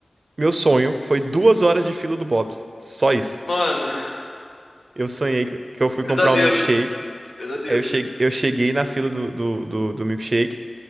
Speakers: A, on the right (about 70°); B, on the left (about 75°).
A: meu sonho foi duas horas de fila do Bob's. Só isso.
B: Mano, <laughs>
A: Eu sonhei que que eu fui
B: pesadelo,
A: comprar um milkshake.
B: pesadelo.
A: Aí eu cheguei, eu cheguei na fila do, do, do, do milkshake.